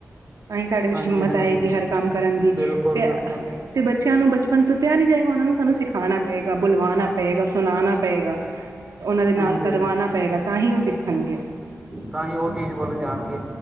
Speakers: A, on the right; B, on the right.
A: ਤਾਂਈ ਸਾਡੇ ਵਿੱਚ
B: ਹਾਂਜੀ
A: ਹਿੰਮਤ
B: ਹਾਂਜੀ
A: ਆਏਗੀ ਹਰ ਕੰਮ ਕਰਨ ਦੀ
B: ਬਿਲਕੁਲ
A: ਤੇ ਆ
B: ਬਿਲਕੁਲ
A: ਤੇ ਬੱਚੇਆਂ ਨੂੰ ਬਚਪਨ ਤੋ <unintelligible> ਨੀ ਜਾਏਗਾ ਓਨਾਂ ਨੂੰ ਸਾਨੂੰ ਸਿਖਾਨਾ ਪਏਗਾ, ਬੁਲਵਾਨਾ ਪਏਗਾ, ਸੁਨਾਨਾ ਪਏਗਾ। ਓਨਾਂ ਦੇ ਨਾਲ
B: ਹਾਂਜੀ
A: ਕਰਵਾਨਾ ਪਏਗਾ ਤਾਂਹੀ ਓ ਸਿੱਖਨਗੇ।
B: ਤਾਂਹੀ ਓ ਚੀਜ਼ ਵੱਲ ਜਾਨਗੇ।